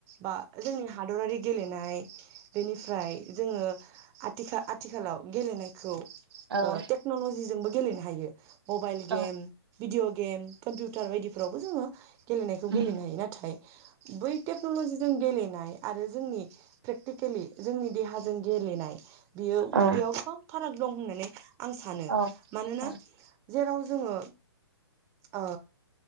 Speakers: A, on the right (about 20°); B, on the right (about 65°).
A: बा जोंनि हादरारि गेलेनाय बेनिफ्राय जोङो आथिख आथिखालाव गेलेनायखौ ओ
B: औ
A: टेक्नलजि जोंबो गेलेनो हायो। मबाइल
B: औ
A: गेम भिडिअ' गेम कम्पिउटार बायदिफ्रावबो जोङो। गेलेनायखौ
B: उम
A: गेलेनो हायो नाथाय बै टेकन'ल'जिजों गेलेनाय आरो जोंनि प्रेकटिक केलि जोंनि देहाजों गेलेनाय बियो
B: औ
A: बेयाव साम <unintelligible> फाराग दं होननानै आं सानो
B: औ औ
A: मानोना
B: औ
A: जेराव जोङो ओ